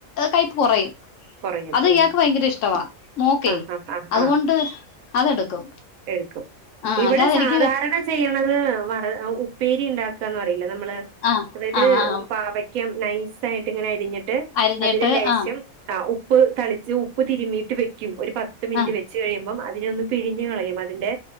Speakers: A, on the left (about 70°); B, on the right (about 85°).
A: കൈപ്പ് കുറയും
B: കുറയും
A: അത് ഇയാക്ക്
B: ഉം
A: ഭയങ്കര ഇഷ്ടവാ മോക്കെ
B: ആ ആ ആ
A: അതുകൊണ്ട്
B: ആ
A: അതെടുക്കും
B: എടുക്കും
A: ആഹ്
B: ഇവിടെ
A: അല്ലാതെ
B: സാധാരണ
A: എനിക്ക്
B: ചെയ്യണത് വറ് ഉപ്പേരി ഉണ്ടാക്കാന്ന് പറയില്ലേ നമ്മള്
A: ആ
B: അതായത്
A: ആ ആ
B: പാവക്കം നൈസ് ആയിട്ട് ഇങ്ങനെ അരിഞ്ഞിട്ട്
A: അരിഞ്ഞിട്ട്
B: അതിന് ലേശം
A: ആ
B: ആഹ്, ഉപ്പ് തളിച്ച്, ഉപ്പ് തിരുമീയിട്ട് വെക്കും, ഒരു പത്ത് മിനിറ്റ്
A: ആ
B: വെ ച്ച് കഴിയുമ്പം അതിനോന്ന് പിഴിഞ്ഞു കളയും. അതിന്റെ